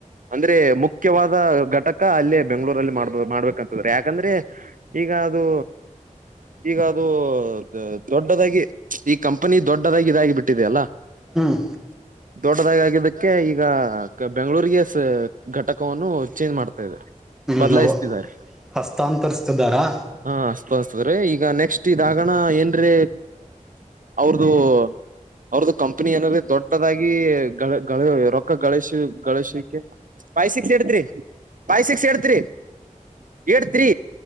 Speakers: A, on the right; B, in the centre.
A: ಅಂದ್ರೆ ಮುಖ್ಯವಾದ ಘಟಕ ಅಲ್ಲೇ. ಬೆಂಗ್ಳೂರಲ್ ಮಾಡ್ಬೋದು ಮಾಡ್ಬೇಕಂತಂದ್ರೆ ಯಾಕಂದ್ರೆ ಈಗ ಅದು. ಈಗ ಅದು ದೊಡ್ಡದಾಗಿ ಈ ಕಂಪನಿ ದೊಡ್ಡದಾಗಿ ಇದಾಗಿ ಬಿಟ್ಟಿದ ಅಲ್ಲಾ.
B: ಹ್ಮ್
A: ದೊಡ್ಡದಾಗಿ ಆಗಿದ್ದಕ್ಕೆ ಈಗ ಬೆಂಗ್ಳೂರಿಗೆ ಸೆ ಘಟಕ್ ಕವನ್ನು ಚೇಂಜ್ ಮಾಡ್ತಾ ಇದಾರೆ ಬದ್ಲಾಯಿಸ್ತಿದ್ದಾರೆ
B: ಹ್ಞೂ ಹಸ್ತಾಂತರಿಸ್ತಿದ್ದಾರಾ
A: ಹ. ತಸ್ತದ್ರೆ ಈಗ ನೆಕ್ಸ್ಟ್ ಇದಾಗಣ ಏನ್ರೆ ಅವ್ರದು. ಅವ್ರದ್ದು ಕಂಪನಿ ಏನರೆ ದೊಡ್ಡದಾಗಿ ಗಳ ಗಳ ರೊಕ್ಕ ಗಳಶಿ ಗಳೇಶಿಕೆ. Five six eight three five six eight three. Eight three